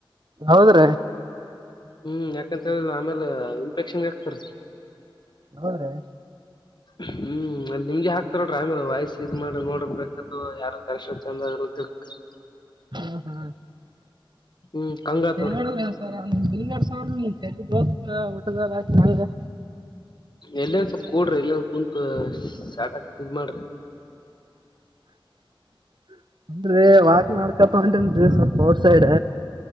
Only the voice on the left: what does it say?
ಹ್ಮ್ ಯಾಕಂತ ಹೇಳಿಲ್ಲ ಆಮೇಲ್ ಇನ್ಫೆಕ್ಷನ್ಗೆ ಆಕ್ತಿರೀ
ಹ್ಮ್ ಅಲ್ಲಿ ನಿಮ್ಗೆ ಹಾಕ್ತಾರ್ ನೋಡ್ರಿ ಆಮೇಲೆ ವಾಯ್ಸ್ ಇದ ಮಾಡ್ರ ನೋಡ್ರಿ ಬ್ರೇಕತ್ತದ ಯಾರು ಕರೆಷ್ಟ ಚಂದ <unintelligible>
ಹ್ಮ್ ಕಂಗಾತವ್ರಿ
ಎಲ್ಲಂದ ಸ್ಲ್ ಕೂಡ್ರಿ ಎಲ್ಲಂದ ಕುಂತ ಸಾರ್ಟ ಆ ಇ ಮಾಡ್ರಿ